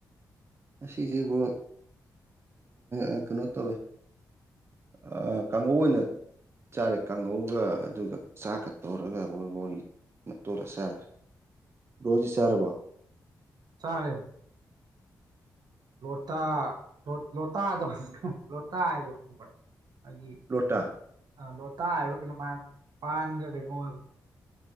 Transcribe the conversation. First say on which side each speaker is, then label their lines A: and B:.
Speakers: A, on the right; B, on the right.
A: ꯉꯁꯤꯁꯦ ꯕꯔꯣ ꯑꯦ ꯀꯩꯅꯣ ꯇꯧꯋꯦ ꯑ ꯀꯥꯡꯉꯧ ꯑꯣꯏꯅ ꯆꯥꯔꯦ ꯀꯥꯡꯉꯧꯒ ꯑꯗꯨꯒ ꯆꯥꯛꯀ ꯇꯧꯔꯒ ꯋꯧꯔꯤ ꯋꯥꯎꯔꯤ ꯃꯇꯣꯜꯂ ꯆꯥꯔꯦ ꯕꯔꯣꯗꯤ ꯆꯥꯔꯕꯣ
B: ꯆꯔꯦ ꯂꯣꯇꯥ ꯂꯣ ꯂꯣꯇꯥꯗꯣ ꯂꯣꯇꯥ ꯍꯥꯏꯗꯣ ꯈꯪꯕ꯭ꯔ ꯑꯩꯒꯤ
A: ꯂꯣꯇꯥ
B: ꯑ ꯂꯣꯇꯥ ꯍꯥꯏꯕ꯭ꯔ ꯀꯩꯅꯣꯝ ꯍꯥꯏꯕꯅꯦ ꯄꯥꯟꯒ ꯀꯩꯅꯣ ꯑꯣꯏꯕꯗꯣ